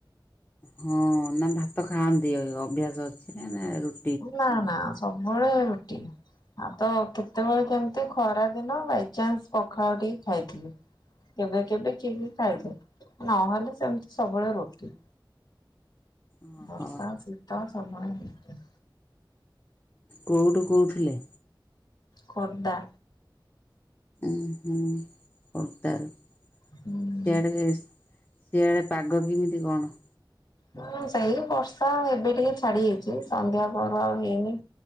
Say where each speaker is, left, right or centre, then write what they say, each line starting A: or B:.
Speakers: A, on the left; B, on the left.
A: ହଁ ନା ଭାତ ଖାଆନ୍ତି ଅଭ୍ୟାସ ଅଛି ନା ରୁ
B: ନା ନା ସବୁବେଳେ ରୁଟି। ଆ ତ କେତେବେଳେ କେଅମିତି ନଖରା ଦିନ ବାଇଚନ୍ସ ପଖାଳ ଟିକେ ଖାଇଥିଲି। କେବେ କେବେ କିଏବି ପାଇଦୋଉ। ନହେଲେ ସେମିତି ସବୁବେଳେ ରୁଟି।
A: ଓହୋ
B: ବର୍ଷା ଶୀତ ସବୁବେଳେ ରୁଟି।
A: କେଉଠୁ କୋଉଥିଲେ।
B: ଖୋର୍ଦ୍ଧା।
A: ଉଁ ହୁଁ ଖୋର୍ଦ୍ଧା ରୁ ସିଆଡେ
B: ହୁଁ।
A: ସିଆଡ଼େ ପାଗ କେମିତି କଣ?
B: ହୁଁ ସେଇ ବର୍ଷା ଏବେ ଟିକେ ଛାଡି ଯାଇଚି। ସନ୍ଧ୍ୟା ପହରୁ ଆଉ ହେଇନି।